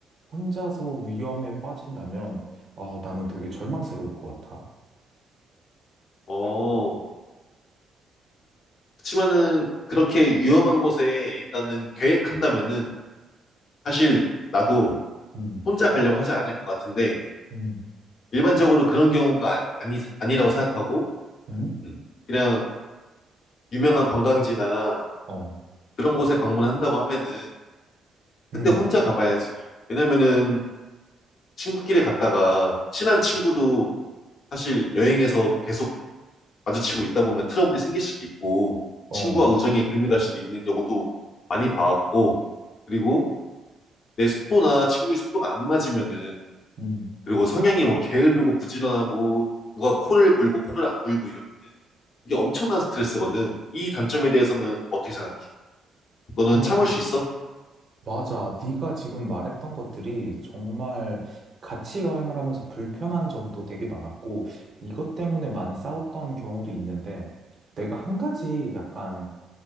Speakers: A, on the right (about 45°); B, on the left (about 60°).
A: 혼자서 위험에 빠진다면 아, 나는 되게 절망스러울 것 같아.
B: 어, 그치만은, 그렇게 위험한 곳에 일단은 계획한다면은, 사실 나도
A: 음,
B: 혼자 가려고 하지 않을 것 같은데,
A: 음,
B: 일반적으로 그런 경우가 아- 아니, 아니라고 생각하고,
A: 응?
B: 음, 그냥 유명한 관광지나
A: 어,
B: 그런 곳에 방문한다고 하면은, 그때
A: 음,
B: 혼자 가봐야지. 왜냐면은, 친구끼리 갔다가, 친한 친구도 사실 여행에서 계속 마주치고 있다 보면 트러블이 생길 수도 있고
A: 어,
B: 친구와 우정에 금이 갈 수도 있는 경우도 많이 봐왔고 그리고 내 속도나 친구의 속도가 안 맞으면은
A: 음,
B: 그리고 성향이 뭐 게으르고 부지런하고 누가 코를 골고 코를 안 골고 이러면은 이게 엄청난 스트레스거든. 이 단점에 대해서는 어떻게 생각해? 너는
A: 어,
B: 참을 수 있어?
A: 맞아. 네가 지금 말했던 것들이 정말 같이 여행을 하면서 불편한 점도 되게 많았고 이것 때문에 많이 싸웠던 경우도 있는데 내가 한 가지 약간